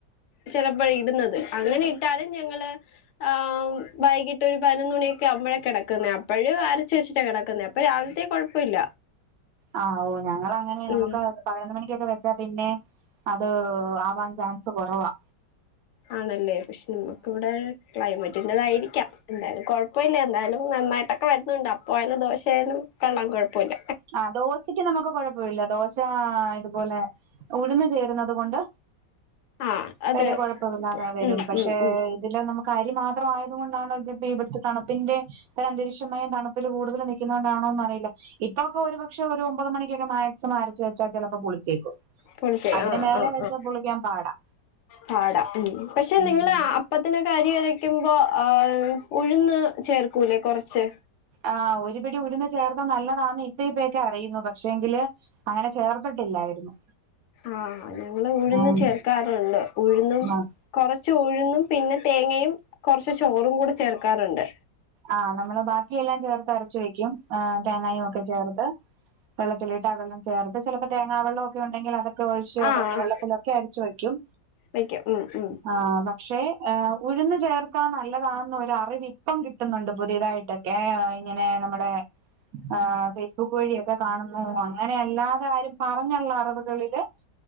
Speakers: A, on the left; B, on the right.
A: ചിലപ്പോ ഇടുന്നത് അങ്ങനെ ഇട്ടാലും ഞങ്ങള് ആഹ് വൈകിട്ട് ഒരു പതിനൊന്ന് മണിയൊക്കെ ആകുമ്പോഴാ കിടക്കുന്നത് അപ്പോഴും അരച്ച് വെച്ചിട്ടാണ് കിടക്കുന്നത് അപ്പോ രാവിലത്തെക്ക് കൊഴപ്പം ഇല്ല
B: ആ ഓ ഞങ്ങളങ്ങനെ നമുക്ക്
A: ഉം
B: പതിനൊന്ന് മണിക്കൊക്കെ വെച്ചാ പിന്നെ അത് ആവാൻ ചാൻസ് കൊറവാ
A: ആണല്ലേ പക്ഷെ നമുക്കിവിടെ ക്ലൈമറ്റിന്റെതായിരിക്കാം എന്തായാലും കൊഴപ്പയില്ല എന്തായാലും നന്നായിട്ടൊക്കെ വരുന്നുണ്ട് അപ്പ ആയാലും ദോശയാലും കൊള്ളാൻ കൊഴപ്പല്ല
B: ആ ദോശക്ക് നമുക്ക് കൊഴപ്പില്ല ദോശ ഇതുപോലെ ഉഴന്നു ചേരുന്നത് കൊണ്ട്
A: ആഹ് അത്
B: വലിയ കൊഴപ്പില്ലാതെ വരും
A: ഉം
B: പക്ഷേ
A: ഉം ഉം
B: ഇതില് നമുക്ക് അരി മാത്രം ആയത് കൊണ്ടാണ് ഇവിടുത്തെ തണുപ്പിന്റെ ഒരന്തരീക്ഷമായും തണുപ്പിൽ കൂടുതൽ നിൽക്കുന്നത് കൊണ്ടാണോന്ന് അറിയില്ല ഇപ്പൊക്കെ ഒരുപക്ഷെ ഒരു ഒമ്പത് മണിക്കൊക്കെ മ മരച്ചവെച്ചാൽ ചിലപ്പോ പുളിച്ചേക്കും
A: പൊടിച്ചത്
B: അതിന്
A: ആഹ്
B: മേലെ
A: ആഹ്
B: വെച്ചാ
A: ആഹ്
B: പൊളിക്കാൻ പാടാ
A: പാടാ ഉം പക്ഷെ
B: ഉം
A: നിങ്ങള് അപ്പ് പ്പത്തിനെ അരി അരക്കുമ്പോ ആ ഉഴുന്ന് ചേർക്കൂല്ലേ കൊറച്ച്
B: ആ ഒരുപിടി ഉഴുന്ന് ചേർത്താ നല്ലതാണന്ന് ഇപ്പ ഇപ്പേക്കെ അറിയുന്നത് പക്ഷേങ്കില് അങ്ങനെ ചേർത്തിട്ടില്ലായിരുന്നു
A: ആ ഞങ്ങള് ഉഴുന്ന്
B: ആഹ്
A: ചേർക്കാറുണ്ട് ഉഴുന്നും
B: ആഹ്
A: കൊറച്ച് ഉഴുന്നും പിന്നെ തേങ്ങയും കൊറച്ച് ചോറും കൂടെ ചേർക്കാറുണ്ട്
B: ആ നമ്മള് ബാക്കിയെല്ലാം ചേർത്ത് അരച്ച് വെക്കും തേങ്ങായും ഒക്കെ ചേർത്ത് വെള്ളത്തിലിട്ടാ ആക്കുന്നെ ചേർത്ത് ചിലപ്പോ തേങ്ങാവെള്ളമൊക്കെ ഉണ്ടെങ്കിൽ അതൊക്കെ ഒഴിച്ച്
A: ആഹ്
B: കഞ്ഞിവെള്ളത്തിലൊക്കെ അരച്ച് വയ്ക്കും
A: വെക്കും ഉം ഉം
B: ആഹ്‌ പക്ഷേ അഹ് ഉഴുന്ന് ചേർത്താ നല്ലതാന്ന് ഒരറിവ് ഇപ്പം കി ട്ടുന്നൊണ്ട് പുതിയതായിട്ടക്കെ ഇങ്ങനെ നമ്മുടെ ആഹ് ഫേസ്ബുക്ക് വഴിയൊ ഒക്ക കാണുന്നു അങ്ങനെ അല്ലാതെ ആരും പറഞ്ഞുള്ള അറിവുകളില്